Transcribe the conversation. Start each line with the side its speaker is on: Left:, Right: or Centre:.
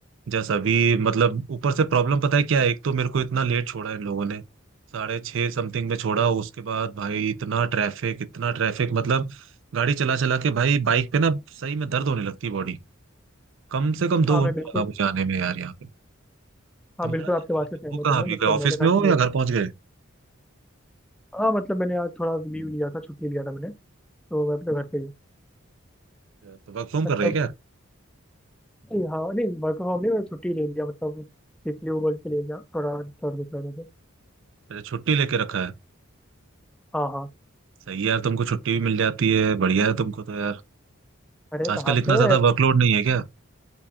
Right: जस्ट अभी मतलब ऊपर से प्रॉब्लम पता है क्या है एक तो मेरे को इतना लेट छोड़ा इन लोगों ने साढ़े छः समथिंग में छोड़ा उसके बाद भाई इतना ट्रैफिक इतना ट्रैफिक मतलब गाड़ी चला चला के भाई बाइक पे ना सही में दर्द होने लगती है बॉडी कम से कम दो
Centre: हाँ मैं
Right: घंटा
Centre: बिल्कुल
Right: लगा मुझे आने में यार यहाँ पे
Centre: हाँ
Right: तुम्हारा
Centre: बिल्कुल आपके बात से सहमत
Right: वो कहाँ
Centre: हूँ मैं
Right: अभी
Centre: मतलब
Right: गए ऑफिस
Centre: मेरे साथ
Right: में हो
Centre: भी
Right: या
Centre: ऐसा
Right: घर पहुंच गए
Centre: हाँ मतलब मैंने आज थोड़ा लीव लिया था छुट्टी लिया था मैंने तो मैं अपने घर पे ही
Right: अच्छा, तो वर्क फ्रॉम
Centre: मतलब
Right: कर रहे हैं क्या
Centre: नहीं, हाँ नहीं वर्क फ्रॉम होम नहीं मैं छुट्टी ले लिया मतलब इसलिए वो बोल के ले लिया थोड़ा सर दुख रहा था तो।
Right: अच्छा छुट्टी लेके रखा है
Centre: हाँ हाँ
Right: सही है यार तुमको छुट्टी भी मिल जाती है बढ़िया है तुमको तो यार
Centre: अरे
Right: आजकल
Centre: कहाँ
Right: इतना
Centre: पे
Right: ज्यादा वर्कलोड नहीं है क्या